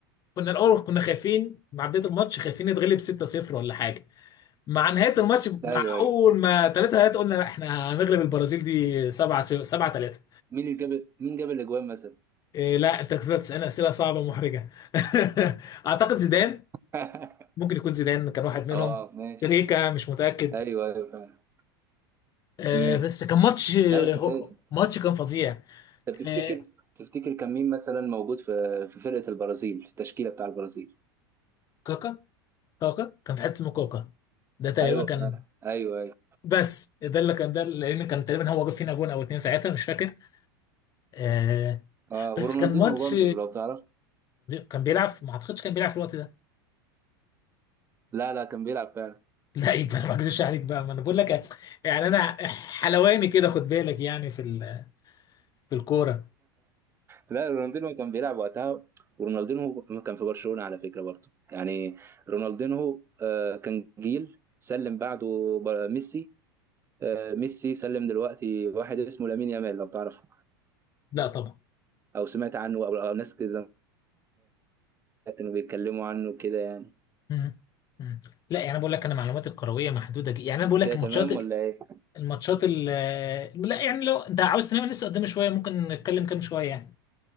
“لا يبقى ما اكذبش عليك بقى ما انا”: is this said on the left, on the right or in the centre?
Left